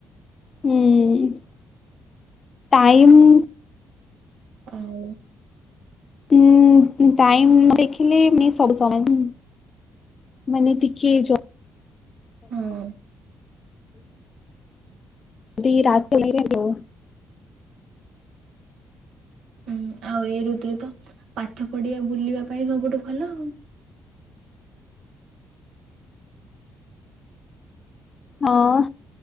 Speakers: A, on the left; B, on the right.
A: ହଁ ଟାଇମ୍
B: ଆଉ।
A: ହୁଁ ଟାଇମ ନ ଦେଖିଲେ ମିନ୍ସ ସବୁ <unintelligible> ମାନେ ଟିକିଏ
B: ହଁ।
A: ଯଦି ରାତିରେ <inaudible>
B: ହୁଁ ଆଉ ଏଇ ଋତୁ ରେ ତ ପାଠ ପଢିବା ବୁଲିବା ପାଇଁ ସବୁଠୁ ଭଲ ଆଉ।
A: ହଁ।